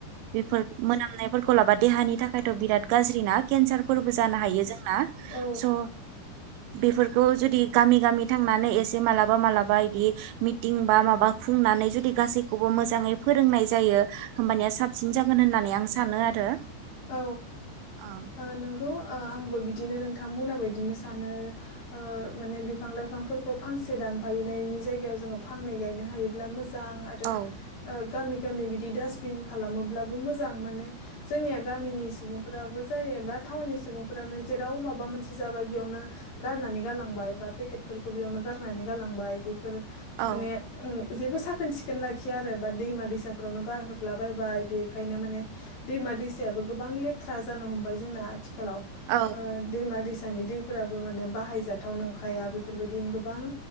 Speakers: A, on the right; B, on the left.
A: बेफोरख मोनामनाय फोरखौ लाबा देहानि थाखायथ' बिराद गाज्रि ना। केन्सारफोरबो जानो हायो जोंना
B: औ
A: स बेफोरखौ जुदि गामि गामि थांनानै एसे मालाबा मालाबा इदि मि थिं बा माबा खुंनानै जुदि गासै खौबो मोजाङै फोरोंनाय जायो होमबानिया साबसिन जागोन होननानै आं सानो आरो
B: औ
A: औ
B: ओ नंगौ ओ आंबो बिद बिदिनो नोंथां बुंनाय बायदिनो सानो ओ माने बिफां लाइ बिफांफोरखौ फांसे दानफायनायनि जायगायाव जोङो फांनै गायनो हायोब्ला मोज मोजां आरो
A: औ
B: ओग गामि गामि बिदि डास्टबिन खालामोब्लाबो मोजां माने जोंनिया गामिनि सुबुंफोराबो जायोबा टाउननि सुबुंफोरानो जेराव माबा मोनसे जाबाय बेयावनो गारनानै गालांबाय बा पेकेटफोरखौ बेयावनो गारनानै गालांबाय बे फोर
A: औ
B: माने ओम बेबो साख साखोन सिखोन लाखिया आरो बा दैमा दैसाफोरावनो गारहरलाबाय बे खायनो माने दैमा दैस सायाबो गोबां लेथ्रा जानो हमबाय जोंना आथि थिखालाव
A: औ
B: ओ दैमा दैस सानि दैफोराबो माने बाहायजाथाव नंखाया बेफोरबायदि गोबां